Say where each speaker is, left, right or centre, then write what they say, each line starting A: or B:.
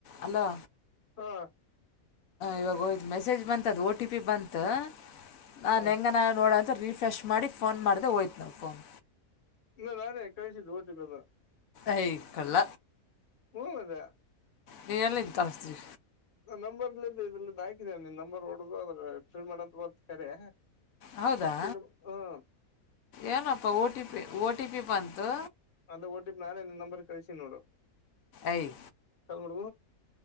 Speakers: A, on the left (about 70°); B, on the left (about 30°).
A: Hello
B: ಹಾ
A: ಇವಾಗಯದು message ಬಂತ ಅದು ಓ ಟಿ ಪಿ ಬಂತ ನಾನು
B: ಹಾ
A: ಹೆಂಗ ನ ನೋಡ ರೀಫ್ರೆಶ್ ಮಾಡಿ ಫೋನ್ ಮಾಡಿದೆ ಹೋಯ್ತು ನಾವು ಫೋನ್
B: ಇಲ್ಲಾನೇ ಕಳಸಿದ್ದು ಡ್ಲ್ಲ <inaudible>
A: ಹೇ ಕಳ್ಳ
B: ಹ್ಮ ಅದೇ
A: ನೀ ಎಲ್ಲಿಂತಾಸ
B: ನಂಬರ್ಲ ಇದ್ರ ಹಾಕಿದ ನೀನ್ ನಂಬರ್ ಹೊಡದು ಅದ್ರ ಫಿಲ್ ಮಾಡದು ಹೊ ಕರೆ
A: ಹೌದಾ
B: ಫಿಲ್ ಹ್ಮ್
A: ಏನಪ್ಪ O T P O T P ಬಂತು
B: ಅಂದ ಓಟಿ ಪಿ ಮ್ಯಾಲಲೆ ನಿನ್ನ ನಂಬರ್ ಕಳಿಸಿ ನೋಡು
A: ಏಯ
B: ಹ